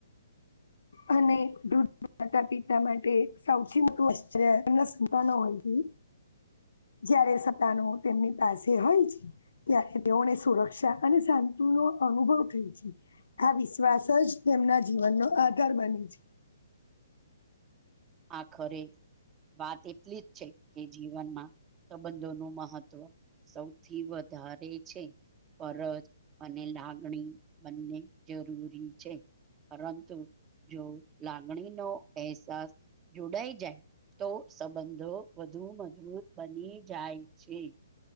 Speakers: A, on the left; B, on the right.
A: અને દુ માતા પિતા માટે સૌથી મોટું આશ્ચર્ય એમના સંતાનો હોય છે. જયારે સંતાનો તેમની પાસે હોય છે. ત્યારે તેઓને સુરક્ષા અને શાંતિનો અનુભવ થાય છે. આ વિશ્વાસ જ તેમના જીવનનો આધાર બને છે.
B: આખરે વાત એટલી જ છે કે જીવનમાં સંબંધોનું મહત્વ સૌથી વધારે છે. ફરજ અને લાગણી બંને જરૂરી છે. પરંતુ જો લાગણીનો અહેસાસ. જોડાઈ જાય તો સંબંધો વધુ મજબૂત બની જાય છે.